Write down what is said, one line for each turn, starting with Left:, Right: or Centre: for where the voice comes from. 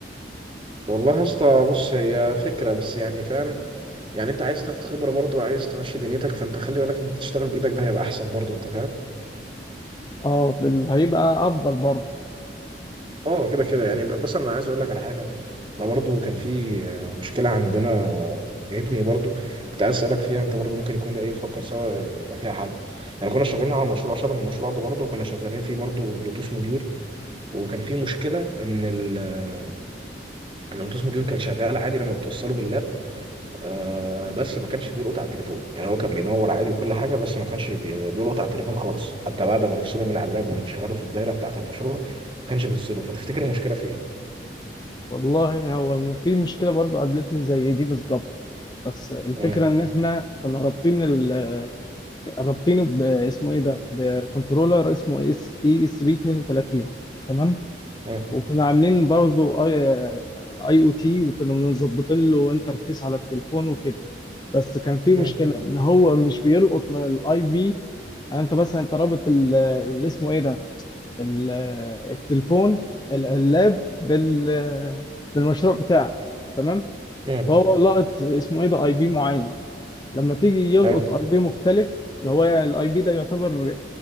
Right: والله يا اسطى بص هي فكره بس يعني فاهم يعني انت عايز تاخد خبره برضه وعايز تمشي دنيتك فانت خلي بالك ان انت تشتغل بايدك ده هيبقى احسن برضه انت فاهم؟
Left: اه بال- هيبقى افضل برضه
Right: اه كده كده يعني ب- مثلا انا عايز اقول لك على حاجه انا برضو كان في آه، مشكله عندنا آه، جاتني برضو كنت عايز اسالك فيها انت برضو ممكن يكون ده ايه نفكر سوا يبقى فيها حل يعني كنا شغالين على مشروع شبه المشروع ده برضو وكنا شغالين فيه برضو بلوتوث موديول وكان في مشكله ان ال آه، إن البلوتوث موديول كان شغال عادي لما بتوصله باللاب آه بس ما كانش بيلقط على التليفون يعني هو كان بينور عادي وكل حاجه بس ما كانش بي- بيلقط على التليفون خالص حتى بعد ما نفصله من على اللاب ونشغله في الدايره بتاعه المشروع ما كانش بيفصله فتفتكر المشكله في ايه؟
Left: والله هو في مشكله برضه قابلتني زي دي بالظبط بس الفكرة
Right: مم.
Left: إن إحنا كنا رابطين ال... رابطينه باسمه إيه ده؟ بكنترولر اسمه اس إي اس بي 32 تمام؟
Right: مم.
Left: وكنا عاملين برضه أي أي أو تي وكنا مظبطين له انترفيس على التليفون وكده بس كان في
Right: مم.
Left: مشكلة إن هو مش بيلقط من الأي بي يعني أنت مثلا أنت رابط ال... اللي اسمه إيه ده؟ ال... التليفون ال- اللاب بال... بالمشروع بتاعك تمام؟
Right: مم.
Left: فهو لقط اسمه إيه ده؟ أي بي معين لما تيجي يلقط
Right: حلو.
Left: اي بي مختلف اللي هو يعني الاي بي ده يعتبر ال-